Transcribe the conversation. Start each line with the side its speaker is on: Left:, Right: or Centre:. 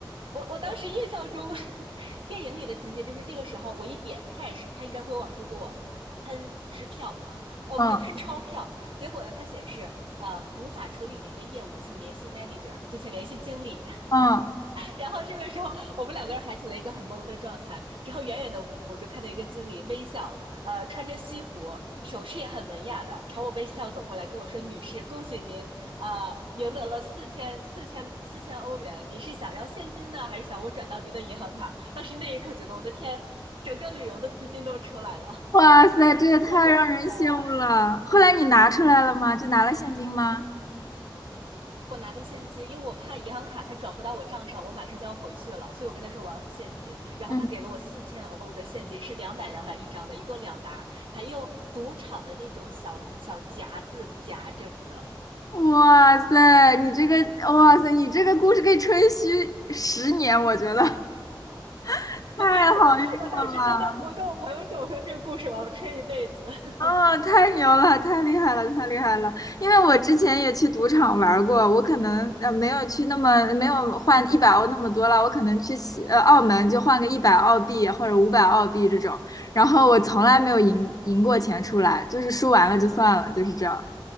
Right: 我我当时印象中 <laughs> 电影里的情节就是这个时候我一点开始，他应该会往出给我喷支票，哦，
Left: 嗯
Right: 喷喷钞票。结果呢，它显示呃无法处理您的业务，请联系 manager，就请联系经理。
Left: 嗯，
Right: 然后这个时候我们两个人还处在一个很懵的状态。之后远远的我就看到一个经理微笑，呃，穿着西服，手势也很文雅的朝我微笑走过来，跟我说：“女士，恭喜您，呃，赢得了四千四千四千欧元。您是想要现金呢，还是想我转到您的银行卡？”当时那一刻觉得我的天，整个旅游的资金都出来了，
Left: 哇塞，这也太让人羡慕了。
Right: 觉得特别好玩。
Left: 后来你拿出来了吗？就拿了现金吗？
Right: 我拿的现金，因为我怕银行卡它转不到我账上，我马上就要回去了，所以我跟他说我要现金，然后他给了我四千欧的现金，
Left: 嗯。
Right: 是两百两百一张的，一共两沓还用赌场的那种小小夹子夹着的。
Left: 哇塞，你这个，哇塞，你这个故事可以吹嘘十年，我觉得 <laughs> 太好运了
Right: <laughs> 我我当时真的，我跟我朋友说，我说这个故事我要吹一辈子。<laughs>
Left: 啊，太牛了，太厉害了，太厉害了！因为我之前也去赌场玩过，我可能呃没有去那么没有换一百欧那么多了，我可能去西呃澳门就换个一百澳币或者五百澳币这种，然后我从来没有赢赢过钱出来，就是输完了就算了，就是这样，